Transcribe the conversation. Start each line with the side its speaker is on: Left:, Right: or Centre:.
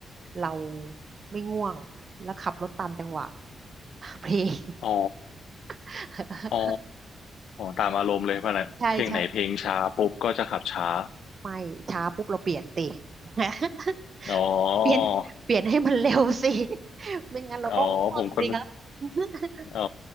Right: เราไม่ง่วงแล้วขับรถตามจังหวะเพลง
Left: อ๋อ
Right: <laughs>
Left: อ๋อตามอารมณ์เลยเพราะไหนเพลงไหนเพลงช้าปุ๊บก็จะขับช้า
Right: ใช่ใช่ไม่ช้าปุ๊บเราเปลี่ยนติ <laughs>
Left: อ๋อ
Right: เปลี่ยนเปลี่ยนให้มันเร็วสิ <laughs> ไม่งั้นเราก็ง่วงสิครับ
Left: อ๋อผมคน
Right: <laughs>
Left: อ๋อ